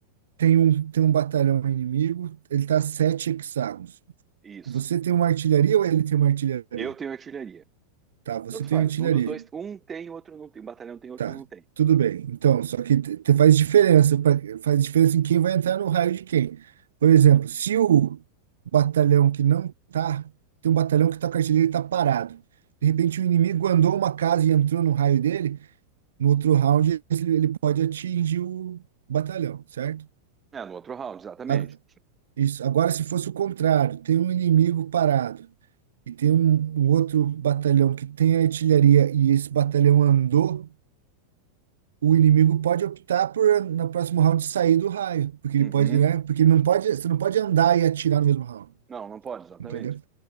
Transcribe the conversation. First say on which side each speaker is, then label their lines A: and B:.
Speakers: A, on the right; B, on the right.
A: Tem um, tem um batalhão inimigo, ele tá a sete hexágonos.
B: isso.
A: Você tem uma artilharia ou ele tem uma artilharia?
B: Eu tenho artilharia.
A: Tá, você
B: Tanto faz.
A: tem artilharia.
B: Um dos dois, um tem, o outro não tem. Um batalhão tem, outro
A: Tá,
B: não tem.
A: tudo bem. Então, só que te- te faz diferença, pa- faz diferença em quem vai entrar no raio de quem. Por exemplo, se o batalhão que não tá, tem um batalhão que tá com a artilharia e tá parado. De repente, o inimigo andou uma casa e entrou no raio dele. No outro round, ele ele pode atingir o batalhão, certo?
B: É, no outro round, exatamente.
A: A- Isso. Agora, se fosse o contrário, tem um inimigo parado e tem um, um outro batalhão que tem artilharia e esse batalhão andou, o inimigo pode optar por, no próximo round, sair do raio, porque
B: Uhum.
A: ele pode, né? Porque não pode, você não pode andar e atirar no mesmo round,
B: Não, não pode, exatamente.
A: entendeu?